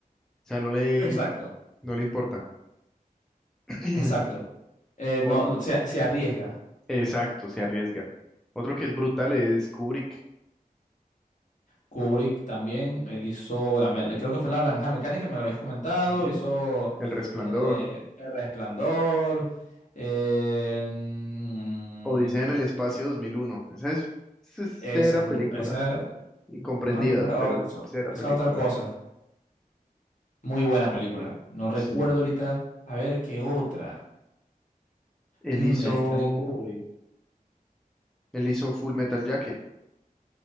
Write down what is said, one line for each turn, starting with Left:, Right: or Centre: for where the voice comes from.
Centre: o sea, no le,
Left: Exacto,
Centre: no le importa. <clears throat>
Left: exacto. Eh, no,
Centre: O-
Left: no, se, se arriesga.
Centre: exacto, se arriesga. Otro que es brutal es Kubrick,
Left: Kubrick también, él hizo, la, me- creo que fue La Naranja Mecánica, me lo habías comentado,
Centre: ujú,
Left: hizo
Centre: El Resplandor,
Left: eh, El Resplandor. eh, mm,
Centre: Odisea en el Espacio 2001, esa es, esa es
Left: esa,
Centre: cera
Left: es
Centre: película,
Left: m- esa, es
Centre: incomprendida,
Left: una- una- o-
Centre: pero
Left: so-
Centre: es cera
Left: esa
Centre: película.
Left: es otra cosa. Muy buena película. No recuerdo
Centre: Sí.
Left: ahorita, a ver qué otra.
Centre: Él
Left: Mm,
Centre: hizo,
Left: de Stanley Kubrick.
Centre: él hizo Full Metal Jacket,